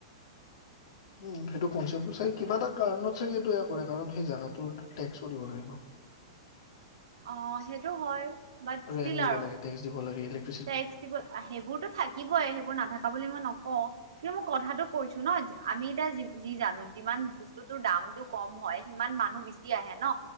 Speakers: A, on the left; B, on the right.
A: উম, সেইটো কনচেপটো চাই কিবা এটা কাৰণত চাগে এইটো এইয়া কৰে কাৰণ সেই জাগাটোৰ টেক্সও দিব লাগিব ন'।
B: অ, সেইটো হয়। বাট ষ্টিল
A: ৰেন্ দিব
B: আৰু
A: লাগে, টেক্স দিব লাগে, ইলেক্ট্
B: টেক্স দিব আহে সেইবোৰতোত থাকিবই সেইবোৰ নাথাকা বুলি মই নকওঁ কিন্তু মই কথাটো কৈছো ন আমি এতিয়া যি যি জানো যিমান বস্তু তোৰ দামতটো কম হয় সিমান মানুহ বেছি আহে ন